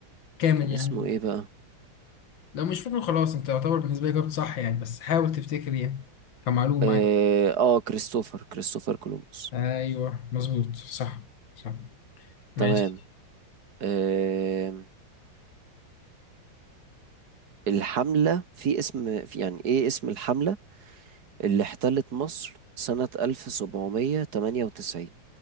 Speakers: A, on the left; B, on the right.
A: كامل
B: كان
A: يعني
B: اسمه ايه بقى
A: لو مش فاكره خلاص انت يعتبر بالنسبه لي جاوبت صح يعني بس حاول تفتكر يعني كمعلومه
B: اه
A: يعني
B: آه، كريستوفر كريستوفر كولومبوس
A: ايوه مظبوط صح صح ماشي
B: تمام آه الحملة في اسم في يعني ايه اسم الحملة اللي احتلت مصر سنة 1798